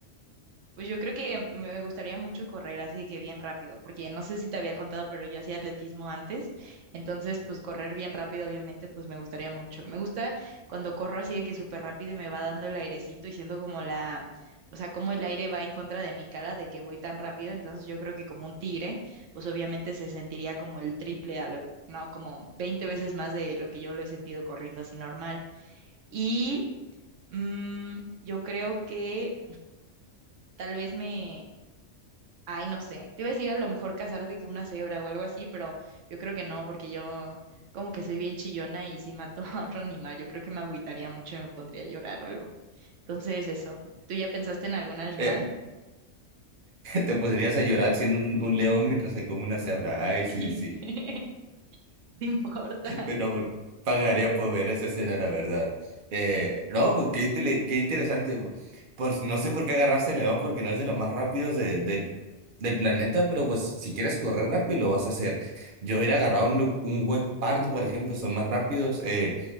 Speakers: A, on the right; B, on the right.
A: Pues yo creo que me gustaría mucho correr así que bien rápido, porque no sé si te había contado, pero yo hacía atletismo antes, entonces pues correr bien rápido obviamente pues me gustaría mucho. Me gusta cuando corro así de que súper rápido y me va dando el airecito y siento como la, o sea, como el aire va en contra de mi cara de que voy tan rápido, entonces yo creo que como un tigre, pues obviamente se sentiría como el triple a lo, no, como 20 veces más de lo que yo lo he sentido corriendo así normal. Y mm, yo creo que tal vez me Ay, no sé. Te iba a decir a lo mejor casarte que una cebra o algo así, pero yo creo que no, porque yo como que soy bien chillona y si mato <laughs> a otro animal, yo creo que me agüitaría mucho y me pondría a llorar o algo. Entonces, eso. ¿Tú ya pensaste en algún animal?
B: Eh, Te pondrías a llorar siendo un, un león mientras se come una cebra. Ay,
A: Sí.
B: sí sí,
A: <laughs> ¿Te importa?
B: Pero pagaría por ver esa escena, la verdad. Eh, no, pues, qué, intele- qué interesante. Pues Pues, no sé por qué agarraste el león, porque no es de los más rápidos de- del, del planeta, pero pues si quieres correr rápido, lo vas a hacer. Yo hubiera agarrado un, lu- un hueco pardo, por ejemplo, son más rápidos. eh,